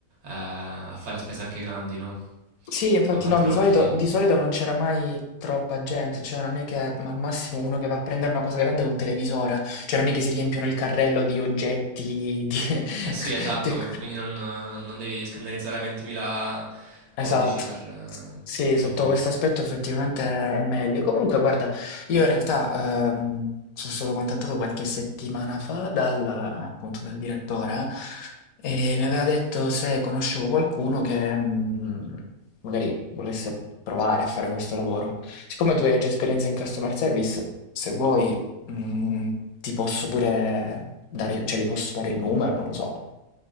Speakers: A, on the right (about 80°); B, on the left (about 75°).
A: a fare spese anche grandi, no?
B: Sì, infatti
A: Con tanti
B: no, di
A: prodotti
B: solito
A: singoli.
B: di solito non c'era mai troppa gente, cioè non è che ma al massimo uno che va a prendere una cosa grande è un televisore, cioè non è che si riempiono il carrello di oggetti, di <laughs>
A: Eh sì, esatto,
B: te-
A: quindi non, non devi scannerizzare 20.000
B: Esatto.
A: codici per eh,
B: Sì, sotto
A: ogni volta.
B: questo aspetto effettivamente è meglio. Comunque, guarda, io in realtà ehm, sono stato contattato qualche settimana fa dal, appunto, dal direttore eh, e mi aveva detto se conoscevo qualcuno che mm, magari volesse provare a fare questo lavoro. Siccome tu hai già esperienza in customer service, se vuoi, mm, ti posso pure dare, cioè, gli posso dare il numero, non lo so,